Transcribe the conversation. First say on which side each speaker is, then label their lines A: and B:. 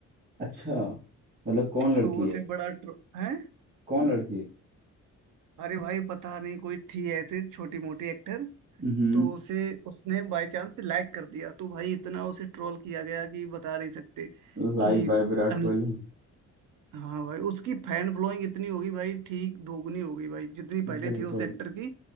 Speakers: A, on the right (about 30°); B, on the right (about 80°).
A: अच्छा मतलब कौन लड़की
B: तो उसे
A: है
B: बड़ा ट्रो है
A: कौन लड़की है?
B: अरे भाई पता नहीं कोई थी ऐसे छोटी मोटी एक्टर
A: हम्म
B: तो उसे उसने बाय चांस लाइक कर दिया तो भाई इतना उसे ट्रोल किया गया कि बता नहीं सकते
A: Like
B: कि
A: by Virat
B: अनु-
A: Kohli
B: हाँ भाई उसकी फैन फॉलोइंग इतनी होगी भाई ठीक दोगुनी होगी भाई जितनी पहले
A: बिल्कुल
B: थी उस एक्टर की